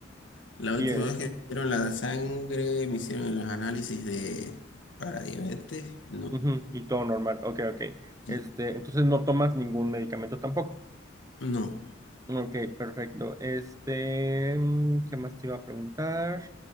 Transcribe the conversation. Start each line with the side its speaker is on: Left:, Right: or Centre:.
Left: La última
Right: Y, eh,
Left: vez que me hicieron la sangre, me hicieron los análisis de para diabetes, no,
Right: ujú, y todo normal. Ok, ok.
Left: y-
Right: Este, entonces no tomas ningún medicamento tampoco.
Left: no.
Right: Ok, perfecto. Este, mm, ¿qué más te iba a preguntar?